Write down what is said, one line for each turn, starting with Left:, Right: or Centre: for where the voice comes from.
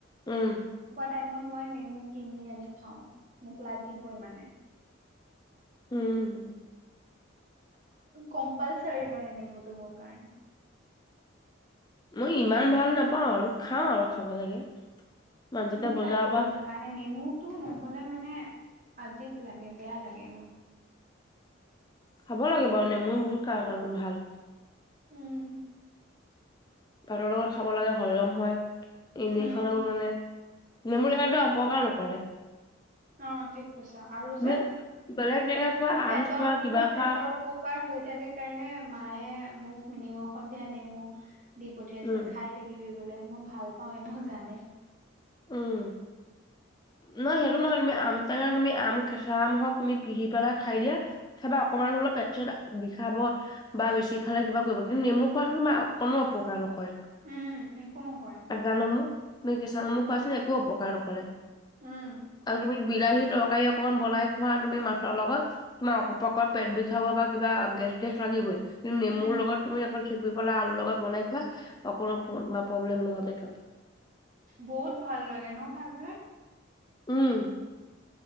Left: উম।
Right: টাইমত মই নেমু কিনি আনি খাওঁ। মোক লাগিবই মানে।
Left: উম।
Right: কম্পালচাৰী মানে নেমোতো মোৰ কাৰণে।
Left: মই ইমান ভাল নাপাওঁ আৰু খাওঁ আৰু খাব লাগে। মাজতে
Right: মোক
Left: বজাৰৰ
Right: লাগিবই
Left: পৰা
Right: ভাই নেমু। টো নহ'লে মানে আজীৱ লাগে বেয়া লাগে।
Left: খাব লাগে বাৰু নেমু বহুত কাৰণ ভাল।
Right: উম।
Left: ভাতৰ লগত খাব লাগে হৰিৰম হয় এনেই
Right: উম
Left: খালেও মানে। নেমুুৰ এখটো অপকাৰ নকৰে।
Right: অ' ঠিক কৈছা আৰু
Left: তুমি
Right: যে
Left: বেলেগ টেঙা খোৱা
Right: মোৰ
Left: আম
Right: পেটৰ
Left: খোৱা কিবা
Right: মোৰ পেটৰ
Left: খা
Right: অপকাৰ হৈ। থাকে কাৰণে মায়ে মোক নিনিমখত দিয়া নেমু। দি পঠিয়াইছে
Left: উম
Right: খাই থাকিবি বোলে মই ভাল পাওঁ এনেও জানে।
Left: উম। নহ সেইটো নহয় তুমি আম টেঙা তুমি আম কেঁচা আম হওক তুমি পিহি পেলা খাই দিয়া। সেইবা অকণমান হ'লে পেট খাব বা বেছি খালে কিবা কৰিব কিন্তু নেমু খোৱাাতটো অ কোনো অপকাৰ নকৰে।
Right: উম একো নকৰে
Left: কৰে <unintelligible> কেঁচা নেমু খোৱাছিলে একো অপকাৰ নকৰে।
Right: উম
Left: আৰু তুমি। বিলাহী তৰকাৰী অকনমান বনাই খোৱা তুমি মাছৰ লগত তোমাৰ অপকট পেট বিষাব বা কিবা। গেছ গেছ লাগিবই কিন্তু নেমুৰ
Right: উম
Left: লগত তুমি অ। চেপি পেলাই আলু লগত বনাই খোৱা অকো প্ৰব্লেম নহয়।
Right: বহুত ভাল লাগে ন খাই পেলাই।
Left: উম,